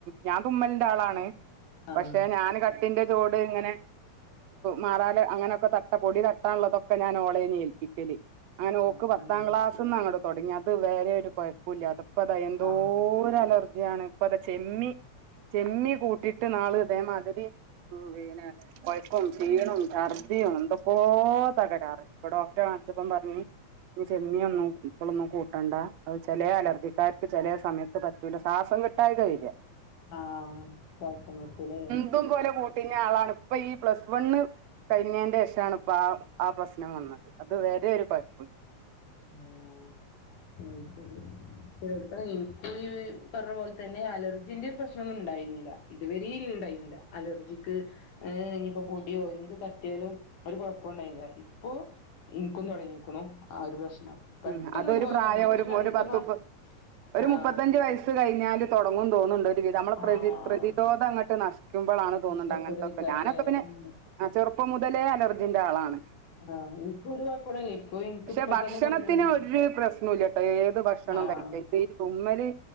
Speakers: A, on the right (about 75°); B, on the left (about 85°).
A: ഞാൻ തുമ്മലിന്റെ ആളാണ്
B: ആഹ്
A: പക്ഷെ ഞാന് ക ട്ടിന്റെ ചോട് ഇങ്ങനെ മാറാല അങ്ങനെയൊക്കെ തട്ട പൊടി തട്ടാനുള്ളതൊക്കെ ഇപ്പം ഞാൻ ഓളേനു ഏൽപ്പിക്കല് അങ്ങനെ
B: ആഹ്
A: ഓക്ക് പത്താം ക്ലാസ് അന്ന അങ്ങട് തുടങ്ങി അത് വരെ ഒരു കൊഴപ്പം ഇല്ല അതിപ്പോ അത എന്തോ
B: ആഹ്
A: ഒരു അലർജിയാണ് അപ്പ ഇത ചെമ്മി
B: ആഹ്
A: ചെമ്മീൻ കൂട്ടിയിട്ട് നാളെ ഇതേമാതിരി ഉം പിന്നെ കൊഴപ്പോം ക്ഷീണോം ഛർദിയും എന്തക്കോ തകരാറ് ഇപ്പൊ ഡോക്ടറെ കാണിച്ചപ്പം പറഞ്ഞ് നീ ചെമ്മീനൊന്നും ഇപ്പളൊന്നും കൂട്ടണ്ട അത് ചെല അലർജിക്കാർക്ക് ചെല സമയത്ത് പറ്റൂല ശ്വാസം കിട്ടായ്ക വരില്ല
B: ആഹ് ശ്വാസം മുട്ട് ലെ
A: ഇഷ്ടം പോലെ കൂട്ടിന് ആളാണ് ഇപ്പൊ ഈ പ്ലസ് വണ്ണ് കഴിഞ്ഞതിന്റെ ശേഷമാണ് ഇപ്പ ആഹ് ആഹ് പ്രശ്നം വന്നത് അത് വരെ ഒരു കൊഴപ്പുല്ല
B: ഓഹ് അഹ് ശെരി <unintelligible> ഈ പറഞ്ഞ പോലെ തന്നെ അലർജിന്റെ ഒരു പ്രശ്നമൊന്നും ഉണ്ടായിരുന്നില്ല ഇതുവരെയൊന്നും ഉണ്ടായിരുന്നില്ല അലർജിക്ക് ഏഹ് ഇനിയിപ്പോ പൊടിയോ എന്ത് തട്ടിയാലും ഒരു കൊഴപ്പണ്ടായില്ല ഇപ്പൊ ഇനിക്കും തുടങ്ങിക്ക്ണു ആ ഒരു പ്രശ്നം പെട്ടെന്ന്
A: മ്മ് അതൊരു
B: ഇതുപോലെ
A: പ്രായം
B: തുടങ്ങി. ഇപ്പൊ
A: ഒരു
B: രണ്ടു
A: ഒരു പത്ത്
B: മാസം
A: മുപ്പ് ഒരു
B: ആഹ്
A: മുപ്പത്തഞ്ച് വയസ് കഴിഞ്ഞാല് തുടങ്ങും തോന്നുന്നുണ്ട് ഒരു വിധം നമ്മ
B: ആഹ്
A: പ്രധി പ്രതിരോധ അങ്ങട്ട് ന വിക്കുമ്പോളാണ് തോന്നുണ്ട്
B: നഷ്ടപ്പെടേക്കാരല്ലേ
A: അങ്ങനത്തെക്കെ ഞാനൊക്കെ പിന്നെ
B: ഉം.
A: ചെറപ്പം മുതലേ അലർജിന്റെ ആളാണ്.
B: ആഹ് നിക്ക് കുയപ്പണല്ലേ ഇപ്പൊ എനിക്ക
A: പക്ഷെ
B: ഇപ്പ തന്നെ
A: ഭക്ഷണത്തിന്
B: തുടങ്ങിയത്.
A: ഒരു പ്രശ്നുല്ല കേട്ടോ ഏത് ഭക്ഷണം
B: ആഹ്
A: കഴിക്ക ഇത് ഈ തുമ്മല്